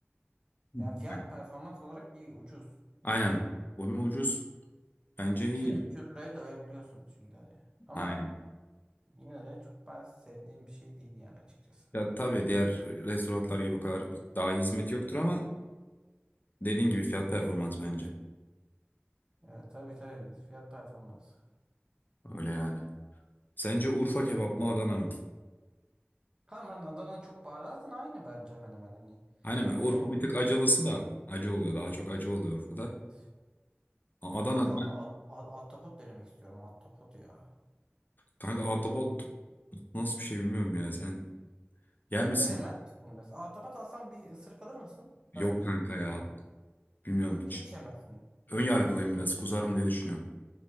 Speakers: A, on the left (about 45°); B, on the right (about 20°).
A: Hı.
B: Ya fiyat
A: Evet.
B: performans olarak iyi ucuz.
A: Aynen. Bu hem ucuz bence
B: 200-300
A: iyi yani.
B: liraya doyabiliyorsun şimdi hani. Ama
A: Aynen.
B: yine de çok ben sevdiğim bir şey değil yani açıkçası.
A: Ya tabii diğer restoranlar gibi o kadar daha iyi hizmet yoktur ama dediğin gibi fiyat performans bence.
B: Evet tabii tabii fiyat performans.
A: Öyle yani. Sence Urfa kebap mı Adana mı?
B: Tamam ben Adana'nın çok baharatın aynı bence hemen hemen hani.
A: Aynen Urfa
B: Ee,
A: bir tık acılısı da acı oluyor. Daha çok acı oluyor Urfa'da.
B: evet.
A: A- Adana
B: Yok kanka at, at- ahtapot denemek istiyorum ahtapot ya.
A: Kanka ahtapot nasıl bir şey bilmiyorum ya. Sen yer misin?
B: Denemez misin? Mesela ahtapot alsam bir ısırık alır mısın?
A: Yok
B: Ben ya.
A: kanka ya.
B: Ben de.
A: Bilmiyorum hiç.
B: Hiç yemezsin.
A: Ön yargılıyım biraz. Kuzarım diye düşünüyorum.